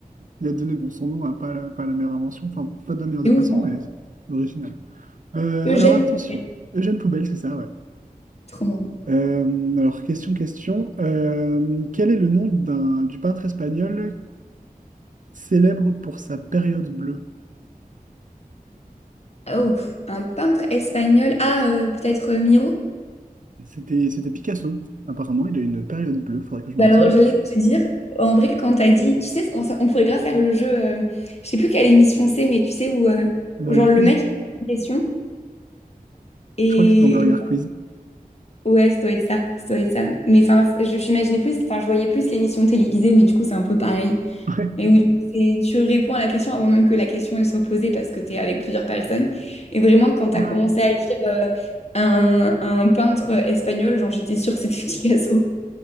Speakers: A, on the right; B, on the left.
A: il a donné bon, son nom à pas, la- pas la meilleure invention, enfin pas de la meilleure des
B: C'est ouf.
A: façons, mais original. Euh,
B: Eugène.
A: alors attention,
B: Miguel.
A: Eugène Poubelle, c'est ça, ouais.
B: Trop marrant.
A: Euh, alors question, question. Euh, quel est le nom d'un, du peintre espagnol célèbre pour sa période bleue?
B: Ah, ouf. Un peintre espagnol. Ah, euh, peut-être euh, Miro?
A: C'était, c'était Picasso. Apparemment, il a une période bleue. Faudrait que je me
B: Bah
A: renseigne
B: alors, j'allais
A: sur ce que
B: te
A: c'est.
B: dire, en vrai, quand t'as dit, tu sais, on, ça- on pourrait grave faire le jeu, euh, je sais plus quelle émission c'est, mais tu sais, où, euh,
A: Un
B: où
A: Burger
B: genre le
A: Quiz?
B: mec il pose une question et
A: Je crois que c'est dans Burger Quiz.
B: Ouais, ça doit être ça, ça doit être ça. Mais enfin, je j'imaginais plus, enfin, je voyais plus l'émission télévisée, mais du coup, c'est un peu pareil.
A: Ouais.
B: Mais où c'est- tu réponds à la question avant même que la question elle soit posée parce que tu es avec plusieurs personnes. Et vraiment, quand tu
A: Ah.
B: as commencé à
A: <laughs>
B: écrire euh, un, un peintre espagnol, genre, j'étais sûre que c'était <laughs> Picasso.